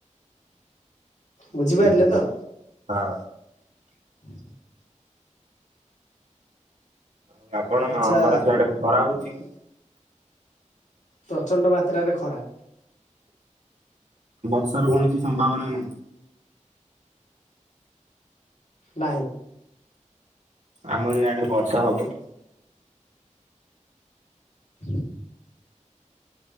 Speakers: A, on the right (about 65°); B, on the left (about 70°).
A: ବୁଝିଲି
B: ବୁଝିପାରିଲେ
A: ବୁଝିଲି
B: ତ
A: ହଁ।
B: <unintelligible>
A: ଆଉ ଆପଣଙ୍କ
B: ଆଚ୍ଛା
A: ଘର ସେଆଡ଼େ ଖରା ହଉଛି କି
B: ପ୍ରଚଣ୍ଡ ମାତ୍ରାରେ ଖରା
A: ବର୍ଷା ର କୌଣସି ସମ୍ଭାବନା ନାହିଁ।
B: ନାହିଁ।
A: ଆମର ଇଆଡେ ବର୍ଷା ହବ
B: <unintelligible>